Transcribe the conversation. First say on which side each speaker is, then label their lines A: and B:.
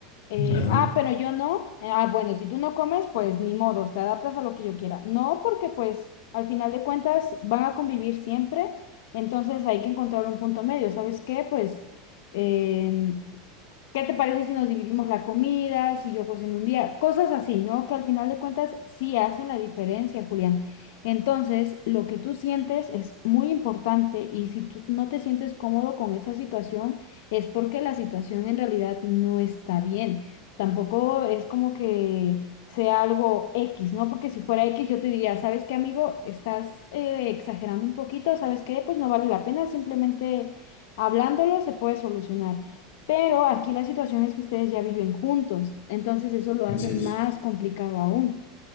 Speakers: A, on the left; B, on the left.
A: Eh,
B: Ajá,
A: ah, pero yo no. Eh, Ah, bueno, si tú no comes, pues ni modos, te adaptas a lo que yo quiera. No, porque pues al final de cuentas van a convivir siempre, entonces hay que encontrar un punto medio. ¿Sabes qué? Pues em, ¿Qué te parece si nos dividimos la comida, si yo cocino un día? Cosas así, ¿no? Que al final de cuentas sí hacen la diferencia, Julián. Entonces, lo que tú sientes es muy importante y si tú no te sientes cómodo con esa situación, es porque la situación en realidad no está bien. Tampoco es como que sea algo X, ¿no? Porque si fuera X, yo te diría, ¿sabes qué, amigo? Estás eh, exagerando un poquito, ¿sabes qué? Pues no vale la pena, simplemente hablándolo se puede solucionar. Pero aquí la situación es que ustedes ya viven juntos, entonces eso lo hace
B: así
A: más
B: es.
A: complicado aún.